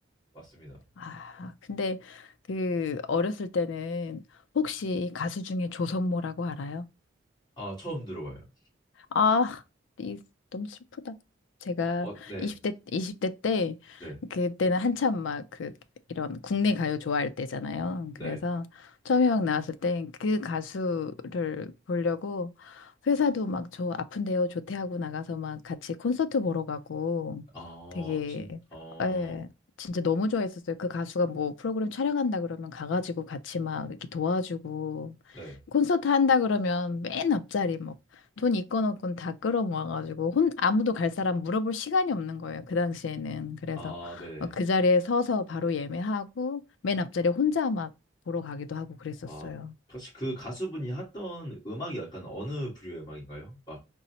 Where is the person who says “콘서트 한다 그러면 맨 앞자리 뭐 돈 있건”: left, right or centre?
Left